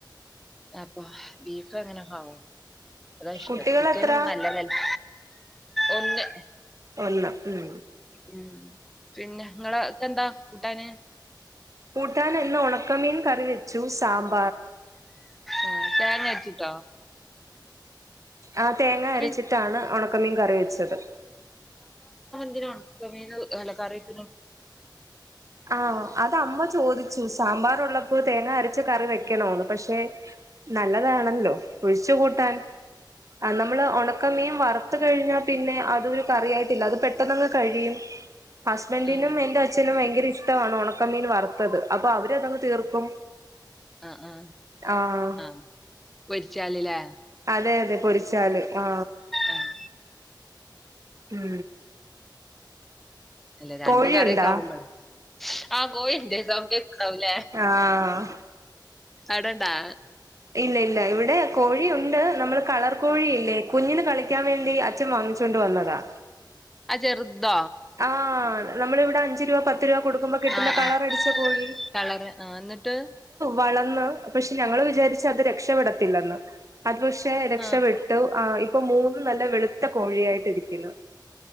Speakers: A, in the centre; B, on the right.
A: അപ്പ ബീഫ് എങ്ങനെ വാങ്ങും? അതാ ഇഷ്ടം,
B: കുട്ടികളെത്ര
A: ചിക്കനും നല്ലതല് ഒന്ന്.
B: ഒന്ന് മ്
A: ഉം പിന്നെ നിങ്ങളക്കെ എന്താ കൂട്ടാന്?
B: കൂട്ടാൻ ഇന്ന് ഒണക്കമീൻ കറി വെച്ചു, സാമ്
A: ആ തേങ്ങ അരച്ചിട്ടോ?
B: ആ തേങ്ങ
A: അപ്പൊ
B: അരച്ചിട്ടാണ്
A: ഈ
B: ഒണക്കമീൻ കറി വെച്ചത്.
A: ഒണക്കമീന് അല്ല കറി വെയ്ക്കാണോ
B: ആ അത് അമ്മ ചോദിച്ചു സാമ്പാറുള്ളപ്പോ തേങ്ങ അരച്ചു കറി വെക്കണോന്ന് പക്ഷെ നല്ലതാണല്ലോ ഒഴിച്ചു കൂട്ടാൻ. ആ നമ്മള് ഒണക്കമീൻ വറ കഴിഞ്ഞാ പിന്നെ അതൊരു കറിയായിട്ടില്ല അത് പെട്ടെന്നങ്ങ് കഴിയും. ഹസ്ബൻറ്റിനും
A: ആഹ്
B: എന്റെ അച്ഛനും ഭയങ്കര ഇഷ്ട ട്ടാവാണ് ഒണക്കമീൻ വറത്തത് അപ്പൊ അവരതങ്ങ് തീർക്കും.
A: ആ ആ
B: ആഹ്
A: ആ പൊരിച്ചാലില്ലേ?
B: അതെ അതെ പൊരിച്ചാല്. ആ
A: ആഹ്
B: ഉം
A: അല്ലെ രണ്ട്
B: കോഴിയുണ്ടാ
A: കറിയൊക്കെ ആവുമ്പോളെ? ആഹ് കോഴിയിണ്ട് അവ ഇണ്ടവുല്ലേ
B: ആഹ്
A: അവിടുണ്ടാ?
B: ഇല്ല ഇല്ല ഇവിടെ കോഴിയുണ്ട്. നമ്മള് കളർ കോഴിയില്ലേ കുഞ്ഞിന് കളി ക്കാൻ വേണ്ടി അച്ഛൻ വാങ്ങിച്ചൊണ്ട് വന്നതാ.
A: ആ ചെറുതോ?
B: ആ നമ്മളിവിടെ അഞ്ച് രൂപ പത്ത് പത്ത് രൂപ കൊടുക്കുമ്പോ കിട്ടുന്ന
A: ആഹ്
B: കളർ
A: ആഹ്
B: അടിച്ച കോഴി.
A: കളറ് ആഹ് എന്നിട്ട്
B: വളർന്ന് പക്ഷെ ഞങ്ങള് വിചാരിച്ച് ച്ച് അത് രക്ഷപ്പെടത്തില്ലെന്ന്. അത് പക്ഷേ രക്ഷപ്പെട്ടു.
A: ആഹ്
B: ആ ഇ ഇപ്പൊ മൂന്ന് നല്ല വെളുത്ത കോഴിയായിട്ട് ഇരിക്കുന്നു.